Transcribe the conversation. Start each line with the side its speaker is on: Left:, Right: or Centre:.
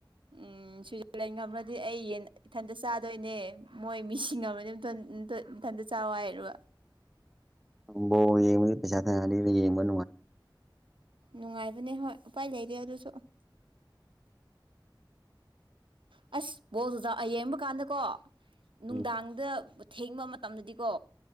Right: ꯎꯝ ꯁ꯭ꯋꯤꯖꯔꯂꯦꯟꯒ꯭ꯔꯗꯤ ꯑꯩ ꯌꯦꯟ ꯏꯊꯟꯇ ꯆꯥꯗꯣꯏꯅꯦ ꯃꯣꯏ ꯃꯤꯁꯤꯡ ꯑꯃꯅꯤꯅꯦ ꯏꯊꯟꯇ ꯆꯥꯏ ꯍꯥꯏꯔꯕ
Centre: ꯕꯣ ꯌꯦꯡꯗꯤ ꯄꯩꯁꯥ ꯊ ꯌꯦꯡꯅꯨꯡ ꯃꯥ
Right: ꯅꯨꯡꯉꯥꯏꯕꯅꯦ ꯍꯣꯏ ꯎꯄꯥꯏ ꯂꯩꯗꯦ ꯑꯗꯨꯁꯨ ꯑꯁ ꯕꯣꯜ ꯑꯣꯖꯥ ꯌꯦꯡꯕ ꯀꯥꯟꯗ ꯀꯣ ꯅꯨꯡꯗꯥꯡ
Centre: ꯎꯝ
Right: ꯑꯗꯨꯗ ꯊꯦꯡꯕ ꯃꯇꯝꯗꯗꯤꯀꯣ